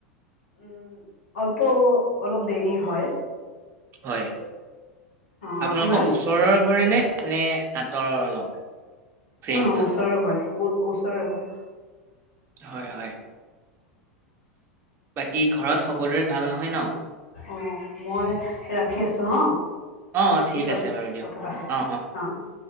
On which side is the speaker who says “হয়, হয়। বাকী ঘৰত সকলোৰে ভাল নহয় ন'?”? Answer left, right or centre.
Right